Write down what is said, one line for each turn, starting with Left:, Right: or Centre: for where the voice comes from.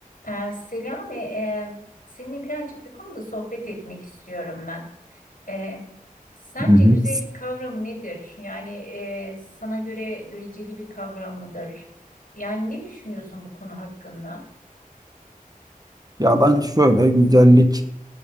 Left: Ee, Selami, e, seninle birazcık bir konuda sohbet etmek istiyorum ben. Ee, sence
Right: Hı hı.
Left: güzellik kavramı nedir? Yani e, sana göre göreceli bir kavram mıdır? Yani ne düşünüyorsun bu konu hakkında?
Right: Ya ben şöyle güzellik